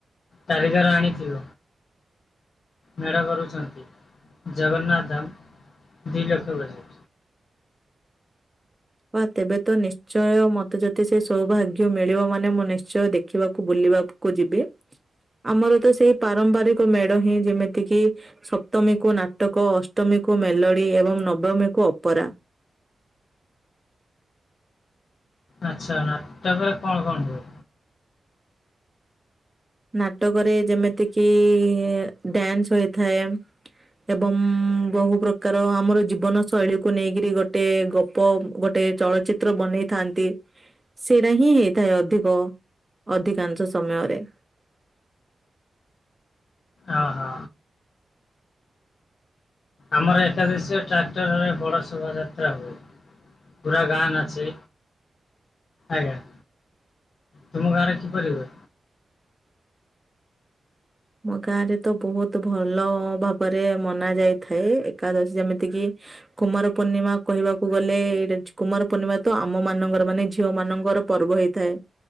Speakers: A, on the left; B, on the right.
A: କାରିଗର ଆଣିଚୁ। ମେଢ କରୁଛନ୍ତି। ଜଗନ୍ନାଥ ଧାମ ଦୁଇ ଲକ୍ଷ ବୋଲି।
B: ବା ତେବେ ତ ନିଶ୍ଚୟ ମତେ ଯଦି ସେ ସୌଭାଗ୍ୟ ମିଳିବ ମାନେ ମୁଁ ନିଶ୍ଚୟ ଦେଖିବାକୁ ବୁଲିବାକୁ କୁ ଯିବି ଆମର ତ ସେଇ ପାରମ୍ପରିକ ମେଢ ହିଁ ଯେମିତି କିି ସପ୍ତମୀ କୁ ନାଟକ ଅଷ୍ଟମୀ କୁ ମେଲୋଡି ଏବଂ ନବମୀ କୁ ଅପରା।
A: ଆଚ୍ଛା ନାଟକ ରେ କଣ କଣ ହୁଏ?
B: ନାଟକରେ ଯେମିତି କିି ଡ୍ୟାନ୍ସ ହୋଇଥାଏ। ଏବଂ ବହୁ ପ୍ରକାର ଆମର ଜୀବନ ଶୈଳୀକୁ ନେଇକିରି ଗୋଟେ ଗପ ଗୋଟେ ଚଳଚିତ୍ର ବନେଇଥାନ୍ତି। ସେଇରା ହିଁ ହେଇଥାଏ ଅଧିକ ଅଧିକାଂଶ ସମୟରେ।
A: ଓ ହ। ଆମର ଏକାଦଶୀରେ ଟ୍ରାକ୍ଟରରେ ବଡ଼ ଶୋଭାଯାତ୍ରା ହୁଏ। ପୁରା ଗାଁ ନାଚେ। ଆଜ୍ଞା। ତୁମ ଗାଁରେ କିପରି ହୁଏ?
B: ମୋ ଗାଁ ରେ ତ ବହୁତ ଭଲ ଭାବରେ ମନା ଯାଇଥାଏ ଏକାଦଶୀ ଯେମିତି କିି କୁମାର ପୂର୍ଣ୍ଣିମା କହିବାକୁ ଗଲେ ଏଇଟା କୁମାର ପୂର୍ଣ୍ଣିମା ତ ଆମ ମାନଙ୍କର ମାନେ ଝିଅ ମାନଙ୍କର ପର୍ବ ହେଇ ଥାଏ